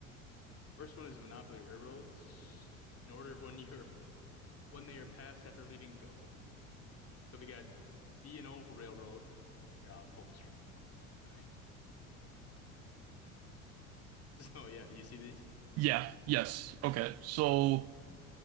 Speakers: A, on the left; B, on the right.
A: First one is Monopoly Railroads. In order of when you're when they are passed after leaving Go. So we got B and O Railroad. Here, I'll pull the stream up. Sorry. <laughs> So yeah, you see these?
B: Yeah. Yes. Okay. So